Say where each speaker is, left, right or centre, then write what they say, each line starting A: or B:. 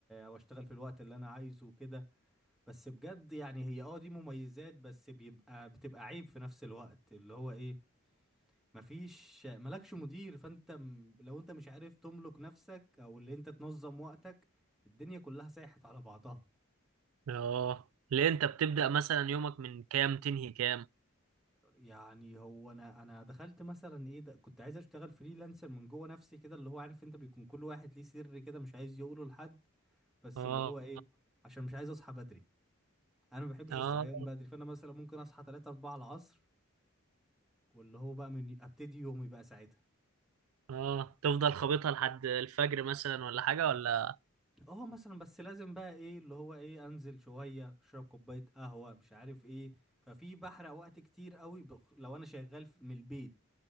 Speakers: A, in the centre; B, on the right (about 80°).
A: واشتغل في الوقت اللي انا عايزه وكده بس بجد يعني هي اه دي مميزات بس بيبقى بتبقى عيب في نفس الوقت اللي هو ايه مفيش مالكش مدير فانت م- لو انت مش عارف تملك نفسك او اللي انت تنظم وقتك الدنيا كلها ساحت على بعضها
B: اه ليه انت بتبدأ مثلا يومك من كام تنهي كام
A: يعني هو انا انا دخلت مثلا ايه ده كنت عايز اشتغل فريلانسر من جوه نفسي كده اللي هو عارف انت بيكون كل واحد ليه سر كده مش عايز يقوله لحد بس
B: اه
A: اللي هو ايه عشان مش عايز اصحى بدري انا ما بحبش
B: اه
A: الصحيان بدري فانا مثلا ممكن اصحى 3 4 العصر واللي هو بقى من ابتدي يومي بقى ساعتها
B: اه تفضل خابطها لحد الفجر مثلا ولا حاجة ولا
A: اه مثلا بس لازم بقى ايه اللي هو ايه انزل شويه اشرب كوبايه قهوه مش عارف ايه ففي بحرق وقت كتير قوي بخ... لو انا شغال في- من البيت